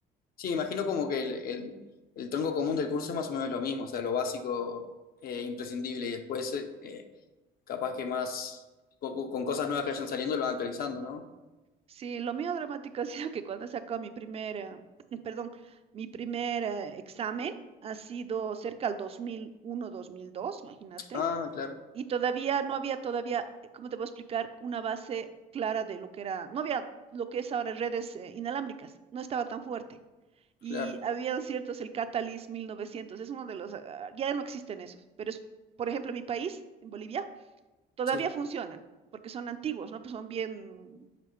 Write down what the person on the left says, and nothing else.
Sí, imagino como que el, el- el tronco común del curso es más o menos lo mismo, o sea, lo básico, eh, imprescindible, y después eh, eh, capaz que más, poco- con cosas nuevas que vayan saliendo, lo van actualizando, ¿no?
Ah, claro,
claro,
sí,